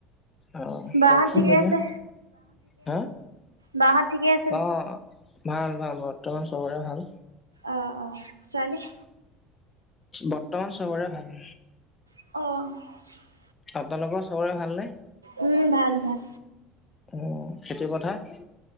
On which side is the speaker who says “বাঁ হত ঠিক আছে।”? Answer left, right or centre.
Right